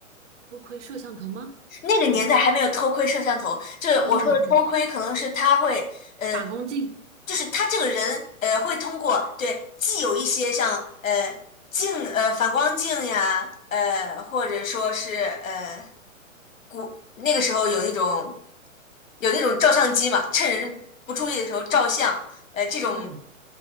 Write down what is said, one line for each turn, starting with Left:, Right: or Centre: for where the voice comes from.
Right: 偷窥摄像头吗？
Left: 那个年代还没有偷窥摄像头，
Right: 还是说，
Left: 就是我说的偷窥，
Right: 哦，对，
Left: 可能是他会，呃，
Right: 反光镜？
Left: 就是他这个人，呃，会通过对，既有一些像呃镜，呃反光镜呀，呃，或者说是呃古那个时候有那种有那种照相机嘛，趁人不注意的时候照相，呃，这种
Right: 嗯，